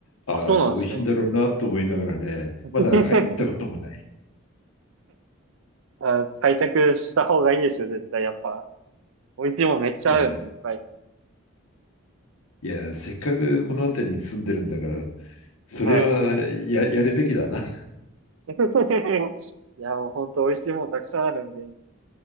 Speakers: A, on the left (about 90°); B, on the right (about 75°).
A: ああ、
B: あ、そうなんですね。
A: 美味しいんだろうなと思いながらね、
B: <laughs>
A: まだ、はい、行ったこともない。
B: あ、開拓した方がいいですよ、絶対。やっぱ。美味しいもんめっちゃあるんで、
A: いや、
B: いっぱい。
A: いや、せっかくこの辺りに住んでるんだから、それはや、
B: はい。
A: やるべきだな。<laughs> い
B: <laughs> いや、もうほんと美味しいもんたくさんあるんで、